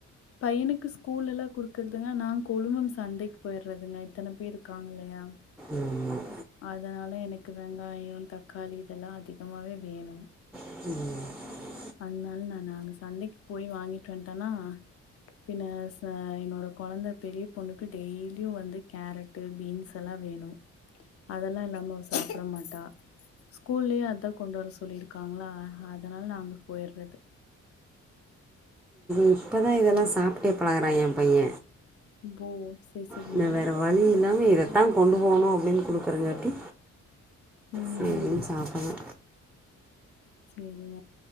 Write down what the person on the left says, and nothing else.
பையனுக்கு ஸ்கூல்ல எல்லா குடுக்குறதுங்க நா கொழுமம் சந்தைக்கு போயிடுறதுங்க இத்தன பேர் இருக்காங்க இல்லயா
அதுனால எனக்கு வெங்காயோ தக்காளி இதெல்லா அதிகமாவே வேணும்
அதுனால நானு நாங்க சந்தைக்கு போயி வாங்கிட்டு வன்டனா பின்ன‌ ச என்னோட கொழந்த பெரிய பொண்ணுக்கு டெய்லியும் வந்து கேரட்டு பீன்ஸல்லா வேணும் அதெல்லா இல்லாம அவ சாப்ட மாட்டா ஸ்கூல்லயே அதா கொண்டு வர சொல்லிருக்காங்ளா அதுனால நா அங்க போயிர்றது
ம் போ சேரி சேரிங்க
ம் ம்
ம்
சேரிங்க